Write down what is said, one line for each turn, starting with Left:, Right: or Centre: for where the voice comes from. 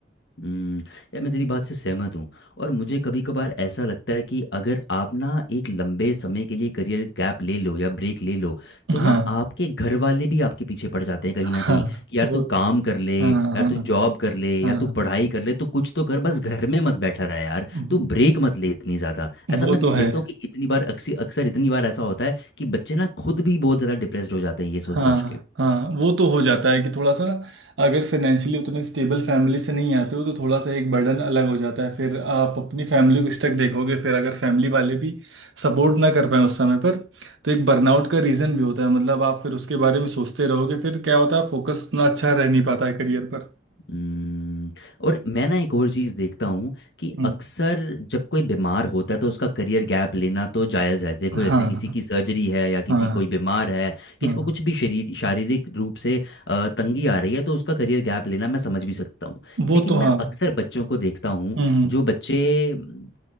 Left: हम्म यार मैं तेरी बात से सहमत हूँ और मुझे कभी कभार ऐसा लगता है कि अगर आप ना एक लंबे समय के लिए करियर गैप ले लो या ब्रेक ले लो तो
Right: हाँ
Left: ना आपके घर वाले भी आपके पीछे पड़ जाते हैं कहीं ना
Right: हाँ
Left: कहीं कि यार
Right: वो
Left: तू काम कर ले
Right: हाँ
Left: यार
Right: हाँ
Left: तू जॉब कर ले या
Right: हाँ
Left: तू पढ़ाई कर ले तो कुछ तो कर बस घर में मत बैठा रहा यार
Right: वो
Left: तू ब्रेक मत ले इतनी ज़्यादा ऐसा
Right: वो
Left: मैं
Right: तो है
Left: देखता हूँ कि इतनी बार अक्सर अक्सर इतनी बार ऐसा होता है कि बच्चे ना खुद भी बहुत ज़्यादा डिप्रेस्ड हो जाते हैं ये सोच
Right: हाँ
Left: सोच के
Right: हाँ वो तो हो जाता है कि थोड़ा सा ना, अगर फाइनेंशियली उतने स्टेबल फैमिली से नहीं आते हो तो थोड़ा सा एक बर्डन अलग हो जाता है फिर आप अपनी फैमिली को स्टक देखोगे फिर अगर फैमिली वाले भी सपोर्ट ना कर पाए उस समय पर तो एक बर्नआउट का रीज़न भी होता है मतलब आप फिर उसके बारे में सोचते रहोगे फिर क्या होता है फोकस उतना अच्छा रह नहीं पाता है करियर पर
Left: हम्म, और मैं ना एक और चीज़ देखता हूँ कि
Right: हम्म
Left: अक्सर जब कोई बीमार होता है तो उसका करियर गैप लेना तो जायज़ है देखो
Right: हाँ
Left: जैसे किसी
Right: हाँ
Left: की सर्जरी है या
Right: हाँ
Left: किसी कोई बीमार है किसी
Right: हाँ,
Left: को कुछ भी शरीर शारीरिक रूप से अ, तंगी आ रही है तो उसका करियर गैप लेना मैं समझ भी सकता हूँ
Right: वो
Left: लेकिन
Right: तो हाँ
Left: मैं अक्सर बच्चों को देखता हूँ
Right: हम्म
Left: जो बच्चे म,